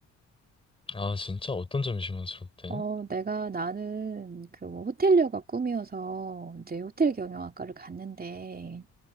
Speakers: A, on the left; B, on the right.
A: 아, 진짜 어떤 점이 실망스럽대?
B: 어, 내가 나는 그 뭐 호텔리어가 꿈이어서 이제 호텔 경영학과를 갔는데,